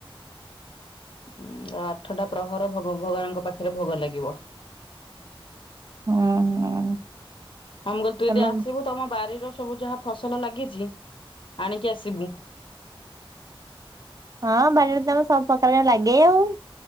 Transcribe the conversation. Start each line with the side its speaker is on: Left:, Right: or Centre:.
Left: ଉଁ ଆଠଟା ଆଉ ପ୍ରହର ଭଗବାନଙ୍କ ପାଖରେ ଭୋଗ ଲାଗିବ।
Right: ହୁଁ ହୁଁ।
Left: ହଁ ମୁଁ କହିଲି ତୁ
Right: ତମ
Left: ଯଦି ଆସିବୁ ତମ ବାରିର ସବୁ ଯାହା ଫସଲ ଲାଗିଛି ଆଣିକି ଆସିବୁ।
Right: ହଁ ବାରିରେ ତ ଆମର ସବୁ ପ୍ରକାର ଲାଗେ ଆଉ।